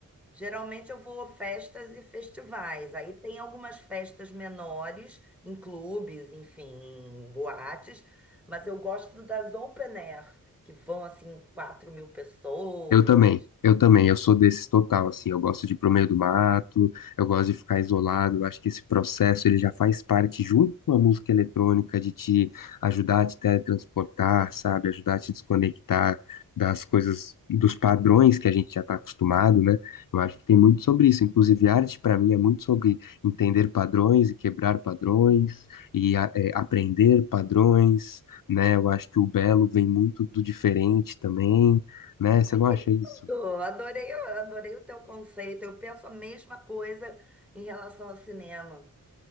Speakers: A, in the centre; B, on the left.
A: Geralmente eu vou a festas e festivais. Aí tem algumas festas menores, em clubes, enfim, em boates, mas eu gosto das open air, que vão assim quatro mil pessoas.
B: Eu também, eu também, eu sou desses total, assim, eu gosto de ir pro meio do mato, eu gosto de ficar isolado, eu acho que esse processo ele já faz parte junto com a música eletrônica de te ajudar a te teletransportar, sabe, ajudar a te desconectar das coisas, dos padrões que a gente já tá acostumado, né? Eu acho que tem muito sobre isso, inclusive arte para mim é muito sobre entender padrões e quebrar padrões e a- é, aprender padrões, né? Eu acho que o belo vem muito do diferente também né? Você
A: Ai,
B: não
A: que
B: acha
A: lindo!
B: isso?
A: Adorei, adorei o teu conceito. Eu penso a mesma coisa em relação ao cinema.